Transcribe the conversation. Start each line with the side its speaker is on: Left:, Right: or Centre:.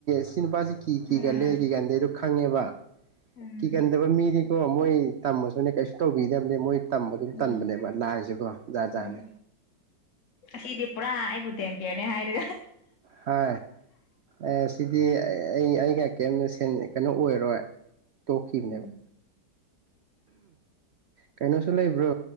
Right: ꯁꯤꯅꯦꯄꯥꯖꯤ ꯀ
Left: ꯎꯝ
Right: ꯀꯂꯦ ꯀꯦ ꯔꯗꯨ ꯈꯪꯉꯦꯕ
Left: ꯎꯝ
Right: ꯀ ꯀꯩꯗ ꯃꯤꯗꯤ ꯑꯣ ꯃꯣꯏ ꯇꯝꯃꯁꯨꯅꯦ ꯀꯩꯁꯨ ꯇꯧꯕꯤꯗꯕꯅꯦ ꯃꯣꯏ ꯇꯝꯕ ꯑꯗꯨꯝ
Left: ꯎꯝ
Right: ꯇꯟꯕꯅꯦꯕ ꯂꯥꯏꯁꯨꯀꯣ ꯖꯥꯠ
Left: ꯎꯝ
Right: ꯖꯥꯠꯅꯦ
Left: ꯁꯤꯗꯤ ꯄꯨꯔꯥ ꯑꯩꯕꯨꯗꯤꯦꯝ ꯀꯦꯅꯦ ꯍꯥꯏ ꯏ
Right: ꯍꯥ ꯑꯦ ꯁꯤ ꯗꯤ ꯑꯩ ꯑꯩꯒ ꯀꯔꯤꯝꯇ ꯀꯩꯅꯣ ꯑꯣꯏꯔꯣꯏ ꯇꯣꯀꯤꯅꯦꯕ
Left: ꯎꯝ
Right: ꯀꯩꯅꯣꯁꯨ ꯂꯩꯕ꯭ꯔꯣ